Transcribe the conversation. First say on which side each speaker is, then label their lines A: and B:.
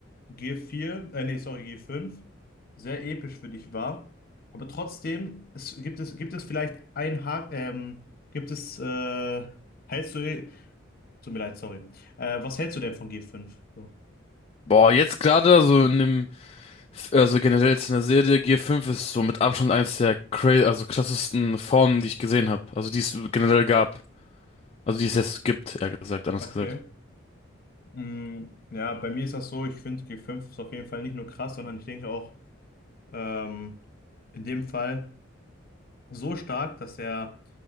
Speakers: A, on the left (about 45°); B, on the left (about 30°).
A: g vier, äh, nee, sorry, g fünf sehr episch für dich war. Aber trotzdem, es, gibt es, gibt es vielleicht ein Haken, ähm, gibt es, äh, hältst du, tut mir leid, sorry. Äh, was hältst du denn von g fünf? So.
B: Boah, jetzt gerade, also in dem, also generell jetzt in der Serie, Gear fünf ist so mit Abstand eins der cra also krassesten Formen, die ich gesehen habe. Also die es generell gab. Also die es jetzt gibt, eher gesagt, anders
A: Okay.
B: gesagt.
A: Mm, ja, bei mir ist das so, ich finde g fünf ist auf jeden Fall nicht nur krass, sondern ich denke auch, ähm, in dem Fall. so stark, dass er